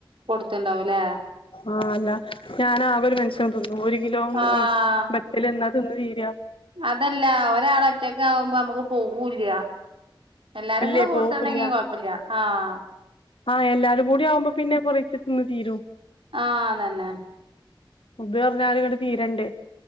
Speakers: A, on the right (about 85°); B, on the left (about 85°).
A: കൊടുത്തണ്ടാവുംല്ലേ
B: ആഹ് അല്ല ഞാനൻ ആകെ ഒരു മനുഷ്യൻ തിന്നു ഒരു കിലോ
A: ആഹ്
B: ത്തൽ എന്നാ തിന്ന് തീരാ
A: അതല്ല ഒരാൾ ഒറ്റക്ക് ആകുമ്പോ നമുക്ക് പോകൂില്ല എല്ലാരും
B: ഇല്ലേ
A: കൂടെ കൂട്ടണ്ടെങ്കിൽ
B: പോവൂല്ല
A: കുഴപ്പല്ല ആഹ്
B: ആഹ് എല്ലാരും കൂടി ആവുമ്പം പിന്നെ കുറയ്ച്ചിട്ട നിന്ന് തീരും
A: ആഹ് അതന്നെ
B: ഇത് പറഞ്ഞാല ഇങ്ങട്ട് തീരണ്ടേ